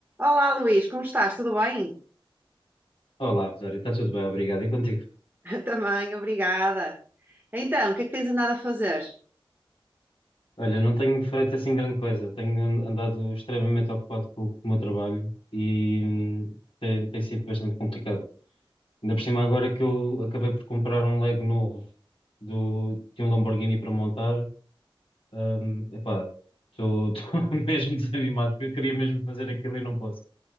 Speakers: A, on the right; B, on the left.
A: Olá, Luís, como estás? Tudo bem?
B: Olá, Rosário, está tudo bem, obrigado. E contigo?
A: <laughs> Também, obrigada. Então, o que é que tens andado a fazer?
B: Olha, não tenho feito assim grande coisa, tenho an- andado extremamente ocupado com, com o meu trabalho e hum, tem, tem sido bastante complicado. Ainda por cima, agora que eu acabei por comprar um Lego novo do, de um Lamborghini para montar, hum, epá, estou <laughs> mesmo desanimado, porque eu queria mesmo fazer aquilo e não posso.